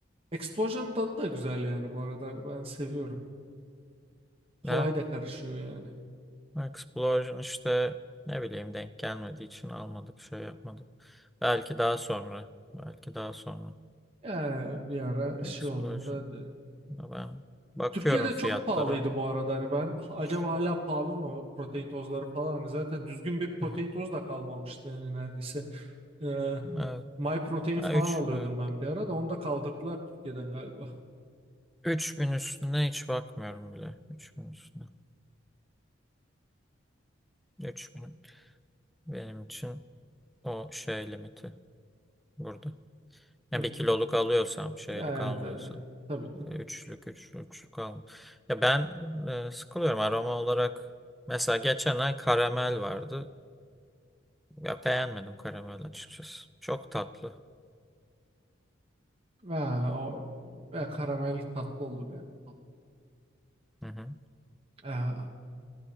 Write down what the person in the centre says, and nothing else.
Evet.
Explosion işte ne bileyim denk gelmediği için almadık, şey yapmadık. Belki daha sonra. Belki daha sonra.
Explosion.
Ben bakıyorum
fiyatları
hani.
Üç.
Hı hı.
Evet.
Ha,
üç,
evet.
3000 üstüne hiç bakmıyorum bile. 3000 üstüne. 3000. benim için o şey limiti burada. Ya
bir kiloluk alıyorsam şeylik
almıyorsam.
E, Üçlük, üç, üçlük al. Ya ben e, sıkılıyorum aroma olarak. Mesela geçen ay karamel vardı. Ya beğenmedim karamel açıkçası. Çok tatlı.
Hı hı.